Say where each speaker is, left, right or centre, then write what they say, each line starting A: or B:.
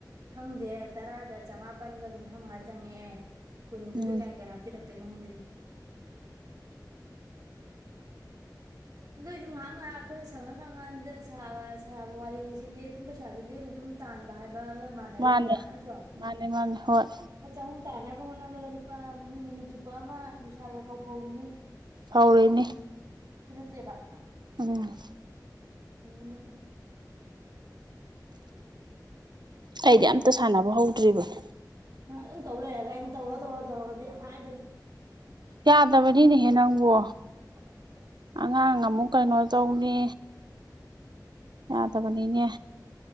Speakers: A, on the right; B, on the right.
A: ꯈꯪꯗꯦ ꯇꯔꯥꯗ ꯆꯃꯥꯄꯟꯒ ꯀꯨꯟꯊ꯭ꯔꯥ ꯃꯉꯥꯗꯤ ꯆꯪꯉꯛꯑꯦ ꯀꯨꯟꯗꯨꯗ
B: ꯎꯝ
A: ꯀꯌꯥ ꯀꯌꯥ ꯍꯥꯄꯤꯔꯛ ꯇꯣꯏꯅꯣꯍꯨꯝꯗꯦ ꯑꯗꯨꯏꯁꯨ ꯉꯥꯏꯍꯥꯛ ꯉꯥꯏꯍꯥꯛ ꯑꯩꯈꯣꯏꯅ ꯁꯪꯉ <unintelligible> ꯁꯥꯕ ꯁꯥꯕ ꯋꯥꯔꯤꯅꯤ ꯁꯤꯗꯤ ꯑꯗꯨꯝ ꯄꯩꯁꯥꯗꯤ ꯂꯦꯝꯅ ꯑꯗꯨꯝ ꯇꯥꯟꯕ ꯍꯥꯏꯕ ꯃꯥꯟꯅꯔꯤꯅꯦꯕ
B: ꯃꯥꯅꯦ
A: ꯅꯠꯇ꯭ꯔꯣ
B: ꯃꯥꯅꯦ ꯃꯥꯅꯦ ꯍꯣꯏ
A: ꯆꯍꯨꯝ ꯇꯥꯅꯕ ꯍꯣꯠꯅꯕꯗ ꯂꯨꯄꯥ ꯃꯤ ꯅꯨꯃꯤꯠ ꯆꯨꯞꯄ ꯑꯃ ꯅꯨꯡꯁꯥ ꯌꯥꯐꯧ ꯐꯧꯔꯤꯅꯤ
B: ꯐꯥꯎꯔꯤꯅꯤ
A: ꯇꯦꯕ
B: ꯎꯝ
A: ꯎꯝ
B: ꯑꯩꯗꯤ ꯑꯝꯇ ꯁꯥꯟꯅꯕ ꯍꯧꯗ꯭ꯔꯤꯕꯅꯦ
A: ꯑ ꯑꯗꯨꯝ ꯇꯧ ꯂꯩ ꯑꯗ ꯑꯩꯅ ꯇꯧꯔ ꯇꯧꯔ ꯇꯧꯔꯗꯤ ꯌꯥꯝ ꯍꯥꯏꯕꯅꯤ
B: ꯌꯥꯗꯕꯅꯤꯅꯦꯍꯦ ꯅꯪꯕꯣ
A: <unintelligible>
B: ꯑꯉꯥꯡ ꯑꯃꯨꯛ ꯀꯩꯅꯣ ꯇꯧꯅꯤ ꯌꯥ ꯇꯕꯅꯤꯅꯦ